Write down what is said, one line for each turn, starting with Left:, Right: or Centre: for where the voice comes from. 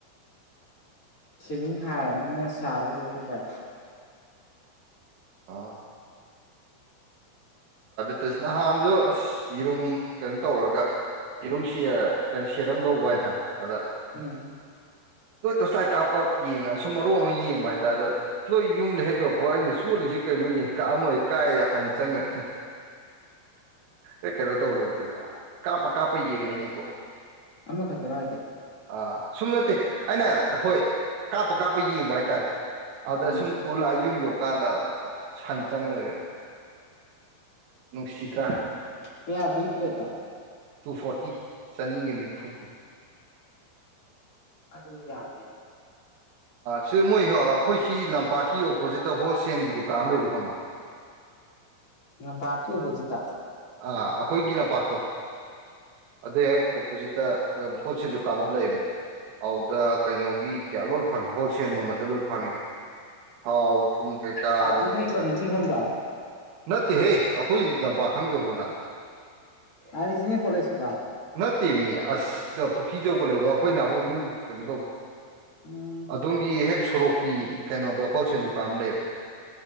Left: ꯁꯦꯅꯤꯡ ꯍꯥꯔꯕꯅꯤꯅ ꯁꯥꯕꯨꯗꯤ ꯈꯔ ꯐꯔꯦ
Right: ꯑꯥ ꯇꯁ ꯅꯍꯥꯟꯗ ꯑꯁ ꯌꯦꯔꯨꯝ ꯀꯩꯅꯣ ꯇꯧꯔꯒ ꯌꯦꯔꯨꯝ ꯀꯩꯅꯣ ꯁꯦꯠ ꯑꯃ ꯂꯧꯕ ꯍꯥꯏꯇꯥꯔꯦ ꯑꯗ
Left: ꯎꯝ
Right: ꯇꯣꯏ ꯇꯁ ꯂ ꯀꯥꯞ ꯀꯥꯞ ꯌꯦꯡꯉ ꯁꯨꯝ ꯃꯔꯨ ꯑꯃ ꯌꯦꯡꯕ ꯍꯥꯏꯇꯥꯔꯗꯣ ꯁꯣꯏ ꯌꯨꯝꯗ ꯍꯦꯛ ꯌꯧꯛꯄ ꯑꯩꯅ ꯁꯣꯠꯜꯂꯤꯁꯤ ꯀꯩꯅꯣ ꯌꯦꯡ ꯀꯝ ꯑꯩ ꯀꯥꯏ ꯍꯥꯟꯟ ꯆꯪꯂꯦ ꯑꯦ ꯀꯩꯅꯣ ꯇꯧꯔꯨꯁꯤꯗ ꯀꯥꯞꯄ ꯀꯥꯞꯄ ꯌꯦꯡꯉꯩꯅꯤꯀꯣ
Left: ꯑꯃ ꯈꯗꯔꯣ ꯔꯖ
Right: ꯑꯥ ꯁꯨꯝ ꯅꯠꯇꯦ ꯑꯩꯅ ꯍꯣꯏ ꯀꯥꯞꯄ ꯀꯥꯞꯄ ꯌꯦꯡꯕ ꯍꯥꯏꯇꯥꯔꯦ ꯑꯗꯁꯨꯝ
Left: ꯎꯝ
Right: ꯐꯨꯜꯏꯒꯨꯝ ꯌꯣ ꯗꯨꯀꯥꯟꯗ ꯁꯟ ꯆꯪ ꯂꯩ ꯅꯨꯡꯁꯤꯗ꯭ꯔꯥ
Left: ꯀꯕꯤꯞ ꯂꯩꯦꯇ
Right: ꯇꯨ ꯐꯣꯔꯇꯤ ꯆꯅꯤꯒ ꯅꯤꯐꯨꯒꯤ
Left: ꯑ ꯌꯥꯗ
Right: ꯁꯤ ꯃꯣꯏ ꯑꯩꯈꯣꯏꯁꯤ ꯂꯝꯄꯥꯛꯀꯤ ꯑꯣꯄꯣꯖꯤꯠꯇ ꯍꯣꯜꯁꯦꯜꯒꯤ ꯗꯨꯀꯥꯟ ꯑꯃ ꯂꯩꯗꯣ ꯈꯪꯕ꯭ꯔꯥ
Left: ꯌꯥꯝ ꯇꯥꯀꯤꯕ ꯆꯤꯇ
Right: ꯑꯥ ꯑꯩꯈꯣꯏꯒꯤ ꯂꯝꯄꯥꯛꯇꯣ ꯑꯗꯨ ꯍꯦꯛ ꯑꯣꯄꯣꯖꯤꯠꯇ ꯑꯗꯨ ꯍꯣꯜꯁꯦꯜ ꯗꯨꯀꯥꯟ ꯑꯃ ꯂꯩꯌꯦꯕ ꯑꯗꯨꯗ ꯀꯩꯅꯣꯒꯤ ꯀꯌꯥ ꯂꯣꯏ ꯐꯪꯉꯦ ꯍꯣꯜꯁꯦꯜ ꯃꯃꯜꯗ ꯂꯣꯏ ꯐꯪꯉꯦ ꯊꯥꯎ ꯊꯨꯝ ꯀꯩꯀꯥ
Left: ꯀꯗꯤꯅ
Right: ꯑꯗꯩ ꯀꯩ ꯍꯥꯏꯇꯥꯔꯦ
Left: ꯀꯃꯤ ꯆ ꯍꯗ
Right: ꯅꯠꯇꯦꯍꯦ ꯑꯩꯈꯣꯏ ꯂꯝꯄꯥꯛ ꯈꯪꯒꯕꯣꯅ
Left: ꯑ ꯏꯅꯤ ꯀꯂꯦꯖꯀꯤꯗ
Right: ꯅꯠꯇꯦꯃꯤ ꯑꯁ ꯄꯨꯈ꯭ꯔꯤ ꯑꯆꯧꯕ ꯂꯩꯕ ꯑꯩꯈꯣꯏ ꯅꯍꯍꯣꯏ ꯏꯔꯨ ꯀꯩꯅꯣ ꯇꯧꯕ
Left: ꯎꯝ
Right: ꯑꯗꯣꯝꯒꯤ ꯍꯦꯛ ꯁꯣꯔꯣꯛꯀꯤ ꯀꯩꯅꯣꯗꯣ ꯍꯣꯜꯁꯦꯜ ꯗꯨꯀꯥꯟꯝ ꯂꯩꯕ